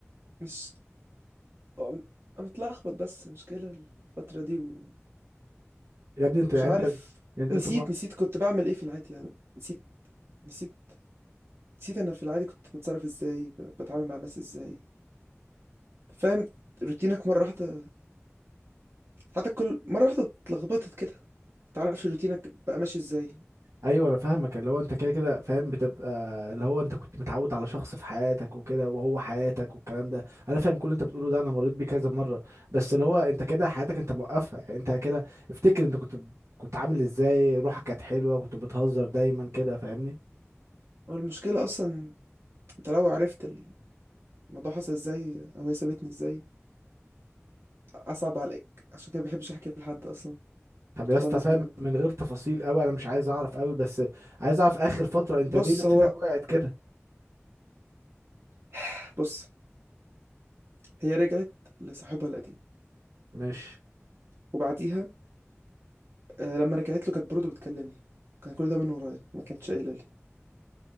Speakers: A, on the right; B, on the right.
A: مش آه، انا متلخبط بس مشكلة الفترة دي ومش
B: يا ابني انت يعني
A: عارف
B: انت انت- انتوا
A: نسيت
B: ما...
A: نسيت كنت بعمل ايه في العادي يعني نسيت نسيت نسيت انا في العادي كنت بتصرف ازاي ب- بتعامل مع الناس ازاي فاهم روتينك مرة واحدة حياتك كل مرة واحدة اتلخبطت كده متعرفش روتينك بقى ماشي ازاي
B: ايوه انا فاهمك اللي هو انت كده كده فاهم بتبقى اللي هو انت كنت متعود على شخص في حياتك وكده وهو حياتك والكلام ده انا فاهم كل اللي انت بتقوله ده انا مريت بيه كذا مره بس اللي هو انت كده حياتك انت موقفها يعني انت كده افتكر انت كنت كنت عامل ازاي روحك كانت حلوه كنت بتهزر دايما كده فاهمني
A: هو المشكلة اصلا انت لو عرفت الموضوع حصل ازاي او هي سابتني ازاي اصعب عليك عشان كده بحبش احكي لحد اصلا
B: طب يا
A: خالص
B: اسطى فاهم
A: بجد
B: من غير تفاصيل قوي انا مش عايز اعرف قوي بس عايز اعرف اخر فتره انت
A: بص
B: ليه نفسيتك
A: هو
B: وقعت كده
A: <sighs> بص هي رجعت لصاحبها القديم
B: مش
A: وبعديها آه لما رجعت له كانت برضه بتكلمني كان كل ده من ورايا ما كانتش قايله لي